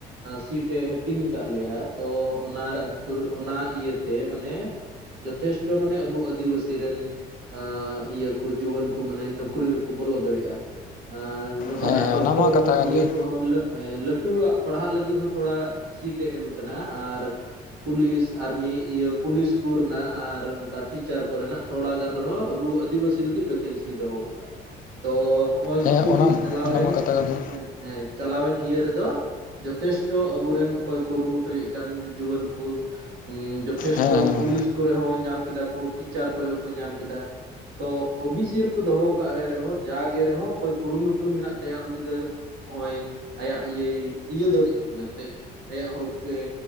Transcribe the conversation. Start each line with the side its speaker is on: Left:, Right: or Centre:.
Right: ᱥᱤᱴ ᱮ ᱦᱟᱹᱴᱤᱧ ᱟᱠᱟᱫ ᱞᱮᱭᱟ ᱛᱚ ᱚᱱᱟ ᱨᱮ ᱚᱱᱟ ᱤᱭᱟᱹᱛᱮ ᱢᱟᱱᱮ ᱡᱚᱛᱷᱮᱥᱴᱚ ᱢᱟᱱᱮ ᱟᱵᱚ ᱟᱹᱫᱤᱵᱟᱹᱥᱤ ᱨᱮᱱ ᱟᱻ ᱤᱭᱟᱹ ᱠᱩ ᱡᱩᱣᱟᱹᱱ ᱠᱩ ᱢᱟᱱᱮ ᱱᱚᱠᱨᱤ ᱨᱮᱠᱚ ᱵᱚᱞᱚ ᱫᱟᱲᱮᱭᱟᱜᱼᱟ ᱟᱨ ᱚᱱᱠᱟᱱᱟᱜ
Left: ᱦᱮᱸ ᱦᱮᱸ
Right: ᱰᱚᱠᱴᱚᱨ
Left: ᱚᱱᱟ ᱢᱟ ᱠᱟᱛᱷᱟ ᱠᱟᱱ
Right: ᱤᱭᱟᱹ
Left: ᱜᱮ
Right: ᱠᱚᱦᱚᱸ ᱦᱮᱸ ᱞᱟᱹᱴᱩᱣᱟᱜ ᱯᱟᱲᱦᱟᱜ ᱞᱟᱹᱜᱤᱫ ᱦᱚᱸ ᱛᱷᱚᱲᱟ ᱥᱤᱴ ᱮ ᱮᱢ ᱠᱟᱱᱟ ᱟᱨ ᱯᱩᱞᱤᱥ ᱟᱨᱢᱤ ᱤᱭᱟᱹ ᱯᱩᱞᱤᱥ ᱠᱩ ᱨᱮᱱᱟᱜ ᱟᱨ ᱚᱱᱠᱟ ᱴᱤᱪᱟᱨ ᱠᱚᱨᱮᱱᱟᱜ ᱛᱷᱚᱲᱟ ᱜᱟᱱ ᱨᱮᱦᱚᱸ ᱟᱵᱚ ᱟᱹᱫᱤᱵᱟᱹᱥᱤ ᱞᱟᱹᱜᱤᱫ ᱵᱷᱮᱠᱮᱱᱥᱤᱭ ᱫᱚᱦᱚ ᱟᱠᱟᱜᱼᱟ ᱛᱚ ᱱᱚᱜᱼᱚᱭ
Left: ᱦᱮᱸ
Right: ᱠᱤᱪᱷᱩ
Left: ᱚᱱᱟ
Right: ᱫᱤᱱ ᱪᱟᱞᱟᱣᱮᱱ
Left: ᱚᱱᱟ ᱢᱟ ᱠᱟᱛᱷᱟ ᱠᱟᱱ ᱜᱮ
Right: ᱦᱮᱸ ᱪᱟᱞᱟᱣᱮᱱ ᱤᱭᱟᱹ ᱨᱮᱫᱚ ᱡᱚᱛᱷᱮᱥᱴᱚ ᱟᱵᱚᱨᱮᱱ ᱚᱠᱚᱭ ᱠᱩᱨᱩᱢᱩᱴᱩᱭᱮᱫ ᱠᱟᱱ ᱡᱩᱣᱟᱹᱱ ᱠᱚ ᱡᱚᱛᱮᱥᱴᱷᱚ
Left: ᱦᱮᱸ ᱦᱮᱸ
Right: ᱯᱩᱞᱤᱥ ᱠᱚᱨᱮ ᱦᱚᱸ ᱧᱟᱢ ᱠᱮᱫᱟ ᱠᱚ, ᱴᱤᱪᱟᱨ ᱠᱚᱨᱮ ᱦᱚᱸᱠᱚ ᱧᱟᱢ ᱠᱮᱫᱟ, ᱛᱚ ᱚ ᱵᱤ ᱥᱤ ᱨᱮᱼ ᱠᱚ ᱫᱚᱦᱚ ᱟᱠᱟᱫ ᱨᱮ ᱨᱮᱦᱚᱸ ᱡᱟᱜᱮ ᱨᱮᱦᱚᱸ ᱚᱠᱚᱭ ᱠᱩᱨᱩᱢᱩᱴᱩ ᱢᱮᱱᱟᱜ ᱛᱟᱭᱟ ᱩᱱᱤ ᱫᱚ ᱦᱚᱜᱼᱚᱭ ᱟᱭᱟᱜ ᱤᱭᱟᱹᱭ ᱤᱭᱟᱹ ᱫᱟᱲᱮᱜ ᱠᱟᱱᱟ ᱮᱱᱛᱮ ᱟᱭᱟᱜ ᱦᱚᱠᱛᱮ